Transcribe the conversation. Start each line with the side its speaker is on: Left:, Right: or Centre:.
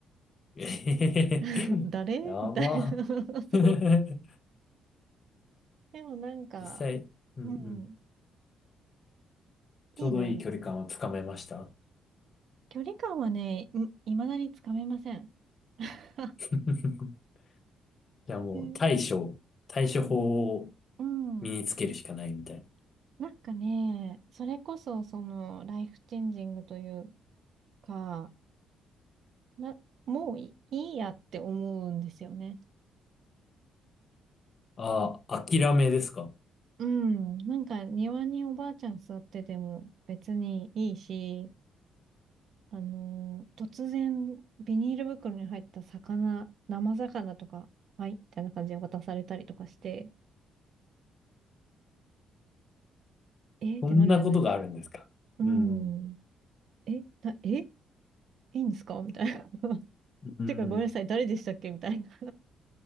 Left: えへへへ
Right: <laughs> 誰みたいな。
Left: <laughs> やば。
Right: <laughs> そう。
Left: <laughs>
Right: でもなんか、
Left: 実際、うんうん。
Right: うん、
Left: ちょうどいい距離感をつかめました。
Right: いいな。距離感はね、い、まだにつかめません。<laughs>
Left: <laughs> じゃあもう対処、
Right: え
Left: 対処法を
Right: うん。う
Left: 身につけるしかないみたいな。
Right: んなんかね、それこそ、その、ライフチェンジングというか、な、もういい、いやって思うんですよね。
Left: ああ、諦めですか
Right: うん。なんか庭におばあちゃん座ってても別にいいし、あのー突然ビニール袋に入った魚、生魚とか、はい、みたいな感じで渡されたりとかして、えーってなるじゃないですか。
Left: そんなことがあるんですか。
Right: うん。
Left: うん。
Right: え、な、え、いいんですかみたいな。<laughs>
Left: うん。
Right: てかごめんなさい、誰でしたっけみたいな。